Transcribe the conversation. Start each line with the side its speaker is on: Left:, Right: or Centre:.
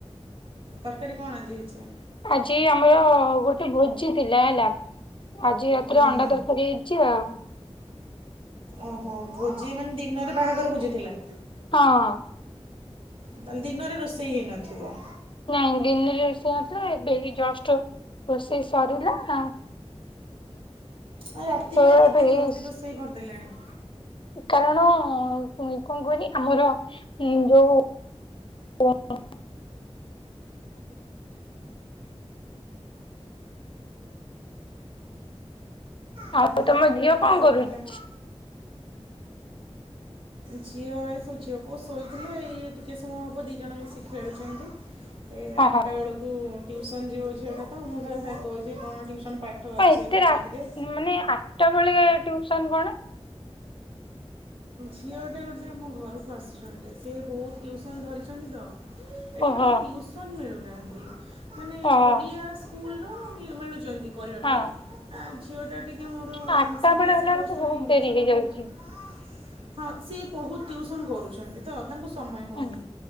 Right: ତରକାରୀ କଣ ଆଜି ହେଇଛି?
Left: ଆଜି ଆମର ଗୋଟେ ଭୋଜି ଥିଲା ହେଲା। ଆଜି ରାତିରେ
Right: ହଁ
Left: ଅଣ୍ଡା
Right: ହଁ।
Left: ତରକାରୀ ହେଇଛି ଆଉ
Right: ଓହୋ ଭୋଜି ମାନେ ଦିନରେ ବାହାଘର ଭୋଜିଥିଲା?
Left: ହଁ।
Right: ତାହେଲେ ଦିନରେ ରୋଷେଇ ହେଇନଥିବ?
Left: ନାଇଁ ଦିନରେ ରୋଷେଇ ନଥିଲା ଏବେ ଜଷ୍ଟ ରୋଷେଇ ସରିଲା ଆ
Right: ଆଉ ରାତି
Left: ତ
Right: ପାଇଁ ଏତେ
Left: ଏବେ
Right: ଜଲ୍ଦି
Left: ଏଇ-
Right: ରୋଷେଇ କରିଦେଲେଣି?
Left: କାରଣ କଣ କୁହନି ଆମର ଯୋଉ <unintelligible>
Right: ଆପଣଙ୍କ
Left: ଆଉ
Right: କଥାଟା
Left: ତମ ଝିଅ
Right: ଟିକେ
Left: କଣ
Right: କଟିଲା।
Left: କରୁଛି?
Right: ଝିଅ ଏ ସବୁ ଝିଅ ପୁଅ ଶୋଇଥିଲେ ଇଏ ଟିକେ ସମୟ ହେବ ଦୁଇ ଜଣ ମିଶିକି ଖେଳୁଛନ୍ତି। ଏ ଆଠଟା
Left: ଓହୋ
Right: ବେଳକୁ ଟ୍ୟୁସନ୍ ଯିବ ଝିଅଟା ତ ମୁଁ ତ କହୁଛି କଣ ଟିଉସନ୍ ପାଠ ଅଛି
Left: ହ ଏତେ
Right: ଯଦି
Left: ରା
Right: କରିଦେ।
Left: ମାନେ ଆଠଟା ବେଳେ ଟୁଇସନ୍ କଣ?
Right: ଝିଅ ଗୋଟେ ଗୋଟେ ମୋ ଘରକୁ ଆସୁଛନ୍ତି ସେ ବହୁତ ଟିଉସନ୍ ଧରିଛନ୍ତି ତ। ଏଠି
Left: ଓହୋ
Right: ଟିକେ ଟିଉସନ୍ ମିଳୁନାହାନ୍ତି ମାନେ
Left: ଓହୋ।
Right: ଓଡ଼ିଆ ସ୍କୁଲ ର ମିଳୁଛନ୍ତି କରିବା
Left: ହଁ
Right: ପାଇଁ? ଆ ଝିଅଟା ଟିକେ ମୋର
Left: ଆଠଟା
Right: ସିବ-ବିି-ଏସ୍ଇ
Left: ବେଳେ ହେଲା ବେଳକୁ
Right: କୋର୍ସ
Left: ବହୁତ
Right: ନେଇ ଇଂଲିଶ
Left: ଡେରି ହେଇଯାଉଛି।
Right: ମିଡ଼ିୟମ୍ ପଢ଼ୁଛି। ହଁ ସିଏ ବହୁତ ଟିଉସନ୍ କରୁଛନ୍ତି ତ ତାଙ୍କୁ ସମୟ ହେଉନି
Left: ହୁଁ